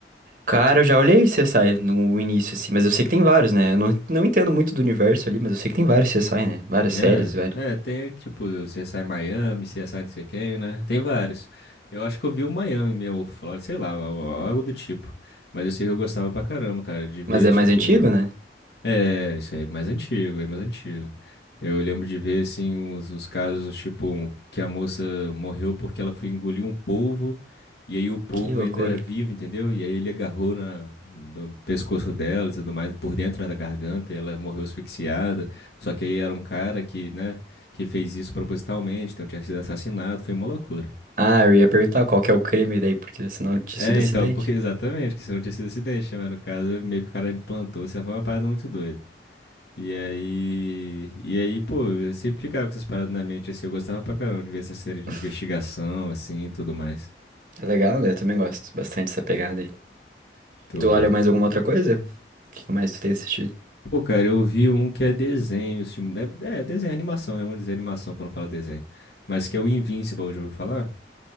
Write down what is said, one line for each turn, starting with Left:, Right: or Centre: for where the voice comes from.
Right: Cara, eu já olhei CSI no início, assim, mas eu sei que tem vários, né? Eu não, não entendo muito do universo ali, mas eu sei que tem vários CSI, né? Várias
Left: É,
Right: séries, vários.
Left: é, tem tipo CSI Miami, CSI não sei quem, né? Tem vários. Eu acho que eu vi o Miami mesmo, ou Flórida, sei lá, al- algo do tipo. Mas eu sei que eu gostava pra caramba, cara, de ver,
Right: Mas é
Left: tipo.
Right: mais antigo, né?
Left: É, isso aí é mais antigo, é mais antigo. Eu lembro de ver, assim, os, os casos, tipo, que a moça morreu porque ela foi engolir um polvo, e aí o polvo
Right: Que loucura.
Left: ainda era vivo, entendeu? E aí ele agarrou na, no pescoço dela e tudo mais, por dentro, né, da garganta, e ela morreu asfixiada. Só que aí era um cara que, né, que fez isso propositalmente, então tinha sido assassinado, foi uma loucura.
Right: Ah, eu ia perguntar qual que é o crime daí, porque senão tinha
Left: É,
Right: sido acidente.
Left: então, porque exatamente, que se não tinha sido acidente, né? mas no caso, meio que o cara implantou, isso foi uma parada muito doida. E aí, e aí, pô, eu sempre ficava com essas paradas na mente, assim, eu gostava pra caramba de ver essa série de
Right: <laughs>
Left: investigação, assim, e tudo mais,
Right: É legal, né? Eu também gosto bastante dessa pegada aí.
Left: que eu
Right: Tu
Left: gosto.
Right: olha mais alguma outra coisa? O que que mais tu tem assistido?
Left: Pô, cara, eu vi um que é desenho, esse filme- é, é desenho, é animação, né, vamos dizer animação pra não falar desenho, mas que é o Invincible, já ouviu falar?